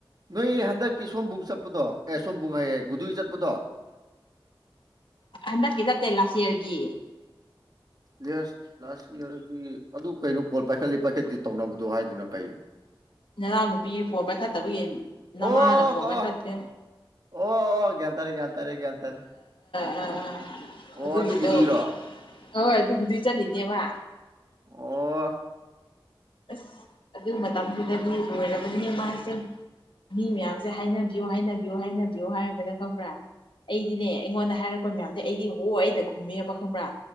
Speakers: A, on the right; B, on the left.
A: ꯅꯣꯏ ꯍꯟꯗꯛ ꯀꯤ ꯁꯑꯣꯝꯕꯨꯡ ꯆꯠꯄꯗꯣ ꯑꯦ ꯁꯑꯣꯝꯕꯨꯝ ꯍꯥꯏꯌꯦꯒꯨꯗꯨ ꯆꯠꯄꯗꯣ
B: ꯍꯟꯗꯛꯀꯤ ꯅꯠꯇꯦ ꯂꯥꯁ ꯌꯤꯑꯔꯒꯤ
A: ꯌꯦꯁ ꯂꯥꯁ ꯌꯤꯑꯔꯒꯤ ꯑꯗꯨ ꯀꯩꯅꯣ ꯀꯣꯜ ꯄꯥꯏꯈꯠꯂꯤ ꯄꯥꯏꯈꯠꯇꯦ ꯇꯧꯅꯕꯗꯣ ꯍꯥꯏꯗꯨꯅ ꯀꯩ
B: ꯅꯅꯥꯎ ꯅꯨꯄꯤꯒꯤ ꯀꯣꯜ ꯄꯥꯏꯈꯠꯇꯕꯒꯤ ꯅꯃꯥꯅ
A: ꯑꯣ-ꯑꯣ
B: ꯐꯣꯟ
A: ꯀꯥꯎꯑ
B: ꯄꯥꯏꯈꯠꯇꯦ
A: ꯑꯣ-ꯒꯌꯥꯟ ꯇꯥꯔꯦ ꯒꯌꯥꯟ ꯇꯥꯔꯦ ꯒꯌꯥꯟ ꯇꯥꯔꯦ
B: ꯑꯥ-ꯑꯥ
A: ꯑꯣ
B: ꯑꯗꯨꯒꯤꯗꯣ
A: ꯑꯗꯨ ꯒꯨꯗꯨꯏꯔꯣ
B: ꯑꯣꯏ ꯑꯗꯨꯕꯨꯗꯤ ꯆꯠꯂꯤꯅꯦꯕ
A: ꯑꯣ
B: ꯑꯁ ꯑꯗꯨ ꯃꯇꯝꯗꯨꯗꯗꯤ ꯂꯣꯏꯔꯕꯅꯦ ꯃꯥꯁꯦ ꯃꯤ ꯃꯌꯥꯝꯁꯦ ꯍꯥꯏꯅꯕꯤꯌꯣ-ꯍꯥꯏꯅꯕꯤꯌꯣ-ꯍꯥꯏꯅꯕꯤꯌꯣ ꯍꯥꯏꯕꯗ ꯈꯪꯕ꯭ꯔ ꯑꯩꯗꯤꯅꯦ ꯑꯩꯉꯣꯟꯗ ꯍꯥꯏꯔꯛꯄ ꯃꯌꯥꯝꯗꯣ ꯑꯩꯗꯤ ꯑꯣ-ꯑꯩꯗ ꯈꯨꯝꯃꯦꯕ ꯈꯪꯕ꯭ꯔ